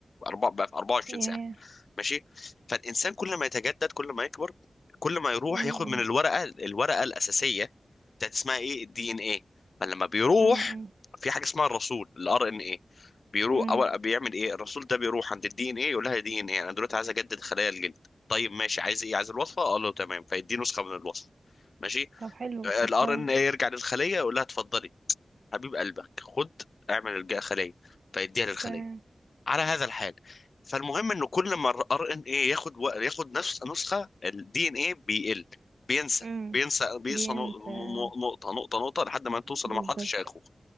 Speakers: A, on the left; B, on the right.
A: أربع- بقى في 24
B: ياه
A: ساعه ماشي فالانسان كل ما يتجدد كل ما يكبر كل ما يروح
B: امم
A: ياخد من الورقه الورقه الاساسيه بتاعت اسمها ايه الدي ان ايه فلما بيروح
B: امم
A: في حاجه اسمها الرسول الار ان ايه بيروح
B: امم
A: اول بيعمل ايه الرسول ده بيروح عند الدي ان ايه يقول لها دي ان ايه انا دلوقتي عايز اجدد خلايا الجلد طيب ماشي عايز ايه عايز الوصفه قال له تمام فيديه نسخه من الوصفه ماشي
B: طب حلو طب
A: الار
B: كويس
A: ان ايه يرجع للخليه يقول لها اتفضلي حبيب قلبك خد اعمل الخليه فيديها للخليه
B: تمام
A: على هذا الحال فالمهم انه كل ما الار ان ايه ياخد و... ياخد نفس نسخه الدي ان ايه بيقل بينسى
B: امم
A: بينسى بينسى
B: بينسى
A: نق- نق- نقطه نقطه نقطه لحد ما توصل
B: بالظبط
A: لمرحله الشيخوخه